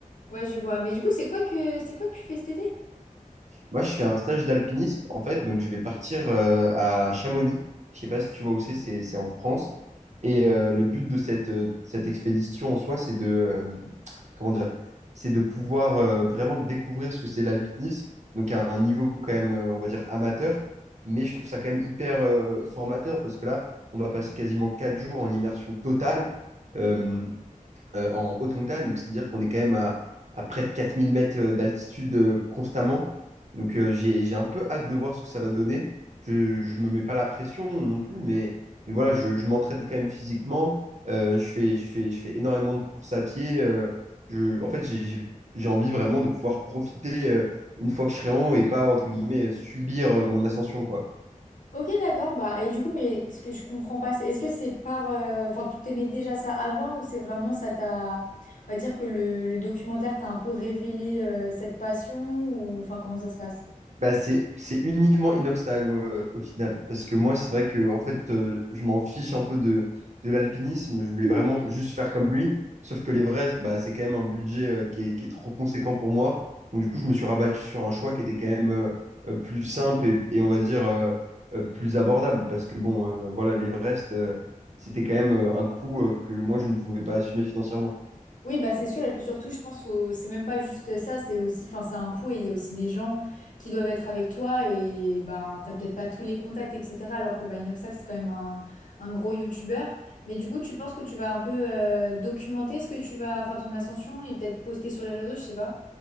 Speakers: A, on the left (about 70°); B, on the right (about 55°).
A: Ouais, je vois. Mais du coup, c'est quoi que c'est quoi que tu fais cet été?
B: Moi, je fais un stage d'alpinisme, en fait, donc je vais partir euh, à Chamonix. Je sais pas si tu vois où c'est, c'est c'est en France. Et euh, le but de cette, euh, cette expédition en soi, c'est de, euh, comment dire, c'est de pouvoir euh, vraiment découvrir ce que c'est l'alpinisme, donc à un niveau quand même, euh, on va dire, amateur. Mais je trouve ça quand même hyper euh, formateur parce que là, on va passer quasiment quatre jours en immersion totale. Euh, euh, en haute montagne. Donc, c'est-à-dire qu'on est quand même à, à près de 4000 mètres euh, d'altitude euh, constamment. Donc, euh, j'ai, j'ai un peu hâte de voir ce que ça va donner. Je ne me mets pas la pression non plus, mais, mais voilà, je, je m'entraîne quand même physiquement. Euh, je fais, je fais, je fais énormément de courses à pied. euh, je, en fait, j'ai j'ai- j'ai envie vraiment de pouvoir profiter euh, une fois que je serai en haut et pas, entre guillemets, subir euh, mon ascension, quoi.
A: Ok, d'accord. Bah, et du coup, mais ce que je comprends pas, c'est- est-ce que c'est par. euh, Enfin, tu t'aimais déjà ça avant ou c'est vraiment ça t'a. On va dire que le, le documentaire t'a un peu révélé euh, cette passion ou. Enfin, comment ça se passe?
B: Bah, c'est, c'est uniquement Inoxtag euh, au final. Parce que moi, c'est vrai que en fait, euh, je m'en fiche un peu de, de l'alpinisme. Je voulais vraiment juste faire comme lui. Sauf que l'Everest, bah, c'est quand même un budget euh, qui est, qui est trop conséquent pour moi. Donc, du coup, je me suis rabattu sur un choix qui était quand même euh, euh, plus simple et, et on va dire euh, euh, plus abordable. Parce que bon, euh, voilà, l'Everest, euh, c'était quand même euh, un coût euh, que moi, je ne pouvais pas assumer financièrement.
A: Oui, bah c'est sûr. Et puis surtout, je pense faut c'est même pas juste ça, c'est aussi, enfin, c'est un coût et il y a aussi des gens qui doivent être avec toi et ben t'as peut-être pas tous les contacts, etc. Alors que bah, Inoxac, c'est quand même un, un gros youtubeur. Mais du coup, tu penses que tu vas un peu euh, documenter ce que tu vas, enfin ton ascension et peut-être poster sur les réseaux, je sais pas.